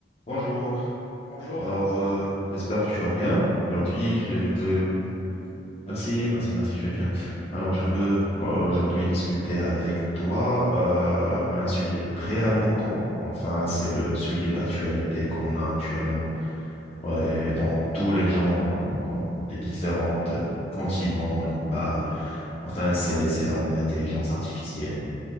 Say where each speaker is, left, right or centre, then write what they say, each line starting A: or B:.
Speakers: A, on the left; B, on the left.
A: Bonjour,
B: Bonjour,
A: alors euh, j'espère que tu vas bien. Aujourd'hui,
B: oui, tout
A: je
B: va bien,
A: veux...
B: merci tout. Mhm,
A: Merci, merci, merci, je vais bien. Alors, je veux euh, aujourd'hui discuter avec toi euh, un sujet très important. Enfin, c'est le sujet d'actualité qu'on a actuellement Ouais, dans tous les gens, dans les différents continents, ils parlent. Enfin, c'est c'est la- l'intelligence artificielle.